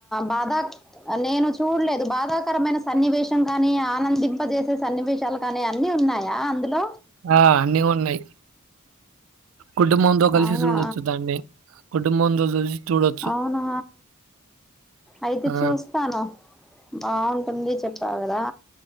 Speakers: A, in the centre; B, on the right.
A: బాధా నేను చూడలేదు బాధాకరమైన సన్నివేశం కానీ ఆనందింపజేసే సన్నివేశాలు కానీ అన్ని ఉన్నాయా అందులో
B: ఆ అన్నీ ఉన్నాయి కుటుంబంతో కలిసి
A: అవునా
B: చూడొచ్చుదండి కుటుంబంతో చూసి చూడొచ్చు.
A: అవునా అయితే
B: ఆ!
A: చూస్తాను బాగుంటుంది చెప్పా కదా